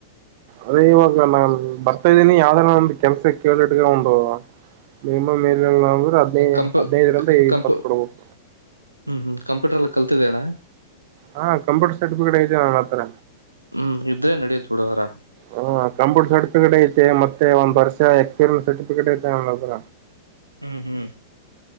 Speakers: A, on the right (about 45°); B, on the right (about 85°).
A: ಅದೇ ಇವಾಗ ನಾನ್ ಬರ್ತಾ ಇದ್ದೀನಿ ಯಾವ್ದರ ಒಂದು ಕೆಲ್ಸ ಕೇಳಿಟ್ಟಗಂಬುಡು. ಮಿನಿಮಮ್ ಏನು ಇಲ್ಲ ಅಂದ್ರೆ ಹದ್ನೖ
B: ಕಂಪ
A: ಹದಿನೈದ್ರಿಂದ ಇಪ್ಪತ್
B: ಕಂಪ
A: ಕೊಡಬೊದ್.
B: ಹ್ಮ್ ಹ್ಮ್ ಕಂಪ್ಯೂಟರ್ ಎಲ್ಲ ಕಲ್ತಿದೀಯಣ್ಣ?
A: ಹಾಂ ಕಪ್ಯೂಟರ್ ಸರ್ಟಿಫಿಕೇಟ್ ಐತೆ ನನ್ ಹತ್ರ.
B: ಹ್ಮ್ ಇದ್ರೆ ನಡೀಯುತ್ತ್ ಬಿಡು ಆರಾಮ್.
A: ಹಾ ಕಂಪ್ಯೂಟರ್ ಸರ್ಟಿಫಿಕೇಟ್ ಐತೆ ಮತ್ತೆ ಒಂದ ವರ್ಷ ಎಕ್ಸ್ಪೀರಿಯನ್ಸ್ ಸರ್ಟಿಫಿಕೇಟ್ ಐತೆ ನನ್ನತ್ರ.
B: ಹ್ಮ್ ಹ್ಮ್